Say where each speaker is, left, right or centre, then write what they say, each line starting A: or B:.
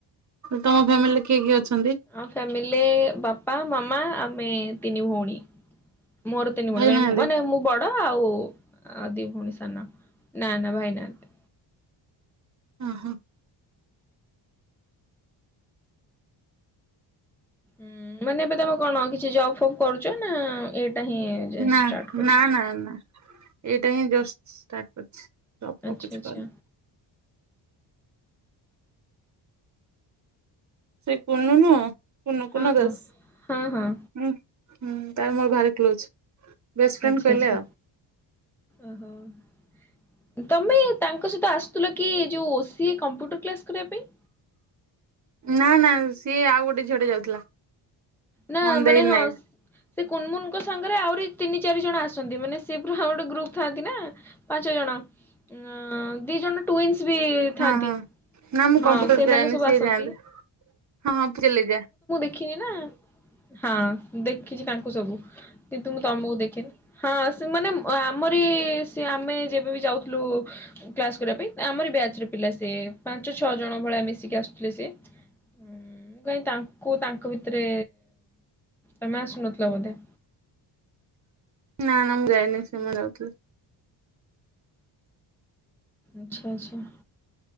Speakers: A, on the right (about 40°); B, in the centre.
A: ତମ ଫ୍ୟାମିଲିରେ କିଏ କିଏ ଅଛନ୍ତି?
B: ଆମ ଫ୍ୟାମିଲିରେ ବାପା ମାମା ଆମେ ତିନି ଭଉଣୀ। ମୋର ତିନି ଭଉଣୀ
A: ଭାଇ
B: ମାନେ
A: ନାହାନ୍ତି?
B: ମାନେ ମୁଁ ବଡ ଆଉ ଦି ଭଉଣୀ ସାନ। ନା ନା ଭାଇ ନାହାନ୍ତି।
A: ହଁ ହଁ।
B: ହଁ ମାନେ ଏବେ ତମେ କଣ କିଛି ଜବ ଫବ୍ କରୁଛ ନା ଏଇଟା ହିଁ
A: ନା
B: ଷ୍ଟାର୍ଟ କରୁଛ?
A: ନା ନା ନା ଏଇଟା ହିଁ ଜଷ୍ଟ ଷ୍ଟାର୍ଟ କରିଛି ଜବ୍ ଫବ୍
B: ଆଚ୍ଛା
A: କିଛି
B: ଆଚ୍ଛା
A: କରିନି। ସେ କୁନୁ ନୁହଁ କୁନୁ
B: ହଁ
A: କୁନା
B: ହଁ
A: ଦାସ
B: ହଁ ହଁ
A: ହୁଁ। ହୁଁ ତାର ମୋର ଭାରି କ୍ଲୋଜ। ବେଷ୍ଟ ଫ୍ରେଣ୍ଡ
B: ଆଛା
A: କହିଲେ
B: ଆଛା
A: ଆଉ।
B: ଓହୋ ତମେ ତାଙ୍କ ସହିତ ଆସୁଥିଲ କି ଯୋଉ ଓସିଏ କମ୍ପ୍ୟୁଟର କ୍ଲାସ କରିବା ପାଇଁ?
A: ନା ନା ସିଏ ଆଉ ଗୋଟେ ଝିଅ ଟେ ଯାଉଥିଲା।
B: ନା
A: ମନ୍ଦେଇ
B: ମାନେ
A: ନାୟକ
B: ହଁ। ସେ କୁନମୁନଙ୍କ ସାଙ୍ଗରେ ଆହୁରି ତିନି ଚାରି ଜଣ ଆସନ୍ତି ମାନେ ସିଏ ପୁରା ଗୋଟେ ଗ୍ରୁପ ଥାନ୍ତି ନା। ପାଞ୍ଚ ଜଣ ଉଁ ଦି ଜଣ ଟୁଇନ୍ସ ବି
A: ହଁ
B: ଥାନ୍ତି
A: ହଁ। ନା ମୁଁ
B: ହଁ
A: କମ୍ପ୍ୟୁଟର
B: ସେମାନେ
A: ଯାଏନି
B: ସବୁ
A: ସିଏ
B: ଆସନ୍ତି।
A: ଯାଆନ୍ତି। ହଁ ପ୍ରିଲିଜା।
B: କିଏ ନା? ହଁ ଦେଖିଛି ତାଙ୍କୁ ସବୁ କିନ୍ତୁ ମୁଁ ତମକୁ ଦେଖିନି ହଁ ସେମାନେ ଆମରି ସେ ଆମେ ଯେବେ ବି ଯାଉଥିଲୁ କ୍ଲାସ କରିବା ପାଇଁ ଆମରି ବ୍ୟାଚର ପିଲା ସିଏ ପାଞ୍ଚ ଛଅ ଜଣ ଭଳିଆ ମିଶିକି ଆସୁଥିଲେ ସେ। ହୁଁ ମୁଁ କାଇଁ ତାଙ୍କୁ ତାଙ୍କ ଭିତରେ ତମେ ଆସୁନଥିଲ ବୋଧେ।
A: ନା ନା ମୁଁ ଯାଇନି ସେମାନେ ଯାଉଥିଲେ।
B: ଆଚ୍ଛା ଆଚ୍ଛା